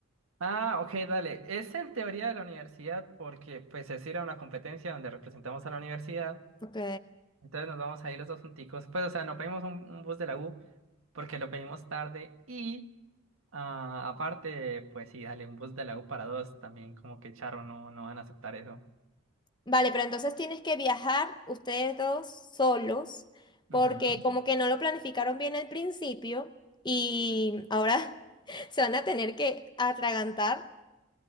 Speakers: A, on the right (about 70°); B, on the left (about 20°).
A: Ah, ok, dale. Es en teoría de la universidad porque, pues, es ir a una competencia donde representamos a la universidad.
B: Ok.
A: Entonces nos vamos a ir los dos junticos. Pues, o sea, no pedimos un, un bus de la U porque lo pedimos tarde y, ah, aparte, pues, sí, dale, un bus de la U para dos también, como que charro, no, no van a aceptar eso.
B: Vale, pero entonces tienes que viajar ustedes dos solos, porque
A: Ujú.
B: como que no lo planificaron bien al principio y ahora <laughs> se van a tener que atragantar